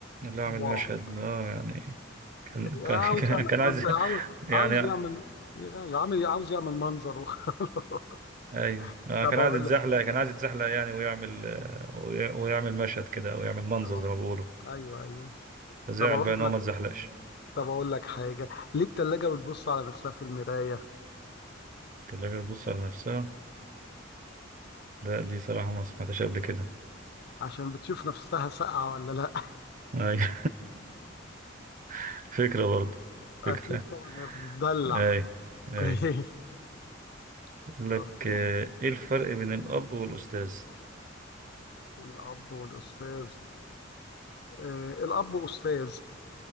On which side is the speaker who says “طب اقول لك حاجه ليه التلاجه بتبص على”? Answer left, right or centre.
Left